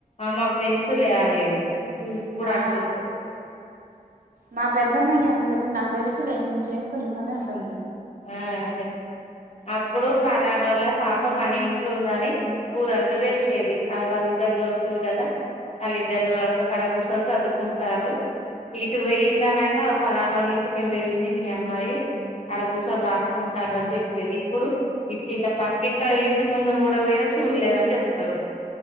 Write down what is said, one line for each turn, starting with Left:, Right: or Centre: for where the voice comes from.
Left: అ మాకు తెలుసులే అనేది ఉ నువ్వు ఇప్పుడు
Right: ఆ
Left: అంటుంలు
Right: మా పెద్దమ్మాయికి ఏమన్నా చెప్పి నాకు తెలుసులే నువ్వు చేసుకు నీ పని అంటది
Left: ఆ అదే అప్పుడు పలానోళ్ళ పాప మన ఇంట్లో ఉందని ఊరంతా తెలిసేది ఆ వాళ ఇద్దరు దోస్తులు కదా వాళ్ళ ఇద్దరు ఒక కడకూర్చొని చదువుకుంటారు ఇటు వెయ్యిందని అంటే ఫలానోల్ల ఇంటికే పోయింది మీ అమ్మాయి అడ రాసుకుంటారు అని జేప్ ఇప్పుడు ఇట్ల ఇలా పక్కింట ఇంటి ముందు కూడా పోయిన చూడలేదని చెప్తారు <inaudible>